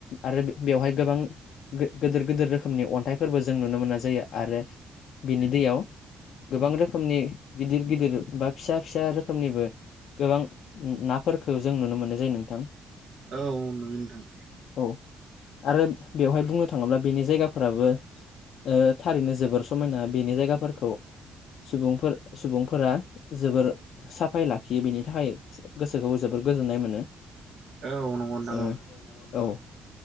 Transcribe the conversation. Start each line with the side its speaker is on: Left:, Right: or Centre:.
Left: आरो बे-बेवहाय गोबां गो-गोदोर गोदोर रोखोमनि अन्थाइफोरबो जों नुनो मोननाय जायो आरो बिनि दैयाव गोबां रोखोमनि गिदिर गिदिर बा फिसा फिसा रोखोमनिबो गोबां नाफोरखौ जों नुनो मोननाय जायो नोंथां।
Right: औ नुयो नोंथां।
Left: औ आरो बेवहाय बुंनो थाङोब्ला बेनि जायगाफ्राबो ओ थारैनो जोबोर समायना बेनि जायगाफोरखौ सुबुंफोर-सुबुंफोरा जोबोर साफायै लाखियो बिनि थाखाय गोसोखौ जोबोर गोजोन नाय मोनो।
Right: औ नंगौ नोंथां
Left: ओ
Right: औ।
Left: औ